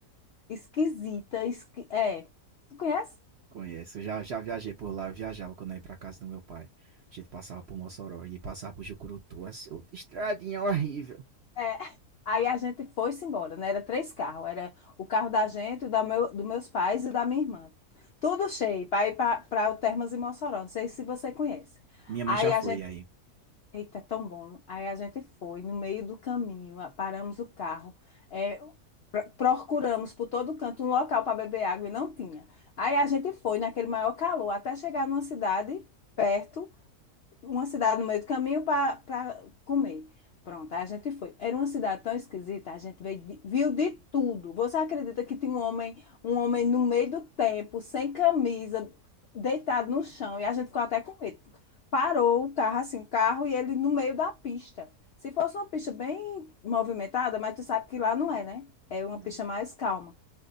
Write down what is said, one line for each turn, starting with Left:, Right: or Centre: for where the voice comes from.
Left: esquisita, esqui- é. Tu conhece?
Right: Conheço. Já, já viajei por lá, eu viajava quando eu ia pra casa do meu pai. A gente passava por Mossoró e passava por Jucurutu. Assim, outra estradinha horrível.
Left: É. Aí a gente foi-se embora, né? Era três carros. Era o carro da gente, o da meu, dos meus pais e o da minha irmã. Tudo cheio para ir para o Termas de Mossoró. Não sei se você conhece.
Right: Minha mãe
Left: Aí
Right: já
Left: a
Right: foi
Left: gente.
Right: aí.
Left: Eita, é tão bom. Aí a gente foi no meio do caminho, a- paramos o carro, é, pro- procuramos por todo canto um local para beber água e não tinha. Aí a gente foi naquele maior calor até chegar numa cidade perto uma cidade no meio do caminho para comer. Pronto, aí a gente foi. Era uma cidade tão esquisita, a gente veio de- viu de tudo. Você acredita que tinha um homem, um homem no meio do tempo, sem camisa, deitado no chão, e a gente ficou até com medo. Parou o carro assim, o carro, e ele no meio da pista. Se fosse uma pista bem movimentada, mas tu sabe que lá não é, né? É uma
Right: Não.
Left: pista mais calma.